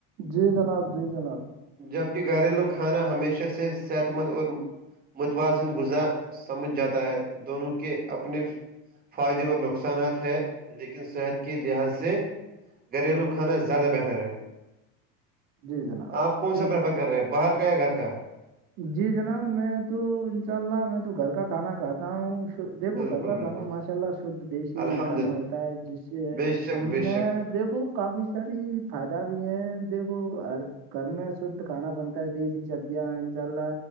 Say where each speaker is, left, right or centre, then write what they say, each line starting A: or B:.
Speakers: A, on the right (about 50°); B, on the right (about 20°).
A: جی جناب جی جناب
B: جبکہ گھریلو کھانا ہمیشہ سے صحت مند اور متوازن غذا سمجھ جاتا ہے دونوں کے اپنے فائدے و نقصانات ہے لیکن صحت کے لحاظ سے گھریلو کھانا زیادہ بہتر ہے
A: جی جناب
B: آپ کون سا
A: انشاء
B: پرریفر کر رہے ہیں باہر کا یا گھر کا
A: جی جناب میں تو انشاء اللہ میں تو گھر کا کھانا کھاتا ہوں دیکھو
B: بالکل
A: گھر کا
B: بالکل
A: کھانا ماشاء اللہ شھ دیسی
B: الحمد
A: کھانا
B: للہ
A: ہوتا ہے جس سے
B: بے شک
A: ہم
B: بے
A: میں
B: شک
A: دیکھو کافی ساری فائدہ بھی ہے دیکھو گھر میں شھ کھانا بنتا ہے دیسی سبزیاں چءلہ